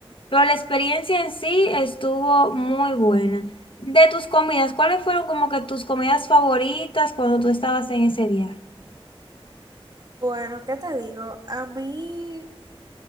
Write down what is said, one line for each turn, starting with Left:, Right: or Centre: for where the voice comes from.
Left: pero la experiencia en sí estuvo muy buena. De tus comidas, ¿cuáles fueron como que tus comidas favoritas cuando tú estabas en ese viaje?
Right: Bueno, ¿qué te digo? A mí